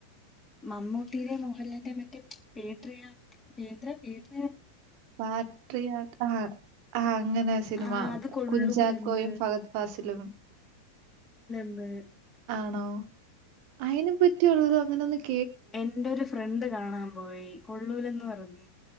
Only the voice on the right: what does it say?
പാട്രിയോട് ആ ആ അങ്ങനെ സിനിമ
കുഞ്ചാക്കോയും ഫഹദ് ഫാസിലും
ആണോ അയിന് പറ്റിയുള്ളരു <inaudible>